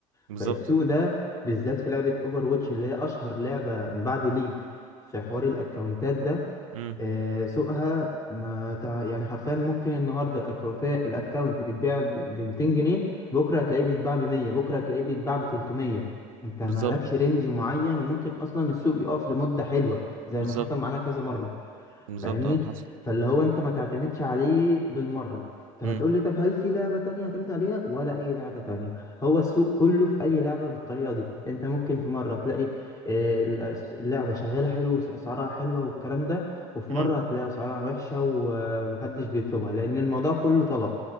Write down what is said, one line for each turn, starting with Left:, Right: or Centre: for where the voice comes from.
Right: بالظبط
Left: فالسوق ده بالذات في لعبة اوفر واتش اللي هي اشهر لعبة من بعد ليج في حوار الاكونتات ده
Right: امم
Left: آه، سوقها ما تع... يعني حرفيا ممكن النهارده الاكونت الاكونت بيتباع ب 200 جنيه بكره هتلاقيه بيتباع ب 100 بكره هتلاقيه بيتباع ب 300 انت
Right: بالظبط
Left: مالكش رينج معين وممكن اصلا السوق يقف لمدة حلوة زي
Right: بالظبط
Left: ما حصل معانا كذا مرة
Right: بالظبط
Left: فاهمني
Right: اه حصل
Left: فاللي هو انت ما تعتمدش عليه بالمره طب
Right: امم
Left: هتقول لي طب هل في لعبه تانية اعتمد عليها ولا اي لعبه تانية هو السوق كله في اي لعبه بالطريقه دي انت ممكن في مره تلاقي آه، الأس- اللعبه شغاله حلو اسعارها حلوه والكلام ده وفي
Right: امم
Left: مره هتلاقي اسعارها وحشه ومحدش بيطلبها لان الموضوع كله طلب